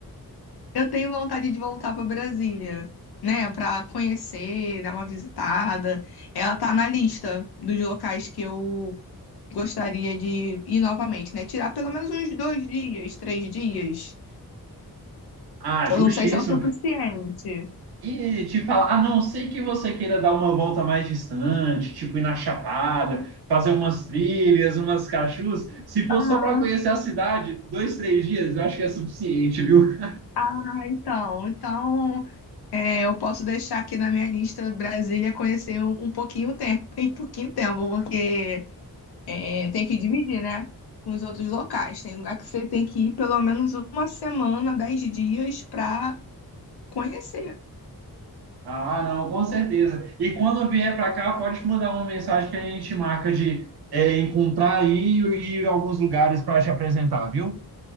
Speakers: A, on the left; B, on the right.
A: Eu tenho vontade de voltar para Brasília, né, para conhecer, dar uma visitada. Ela tá na lista dos locais que eu gostaria de ir novamente, né? Tirar pelo menos uns dois dias, três dias.
B: Ah, justíssimo.
A: Eu não sei se é o suficiente.
B: E te falar, a não ser que você queira dar uma volta mais distante, tipo ir na Chapada, fazer umas trilhas, umas cachus, se for
A: Aham.
B: só para conhecer a cidade, dois, três dias, eu acho que é suficiente, viu?
A: Ah, então, então é, eu posso deixar aqui na minha lista Brasília conhecer um, um pouquinho tempo, <laughs> em pouquinho tempo, porque É, tem que dividir, né? Com os outros locais. Tem lugar que você tem que ir pelo menos uma semana, dez dias para conhecer.
B: Ah, não, com certeza. E quando vier para cá, pode mandar uma mensagem que a gente marca de é, encontrar aí e ir a alguns lugares para te apresentar, viu?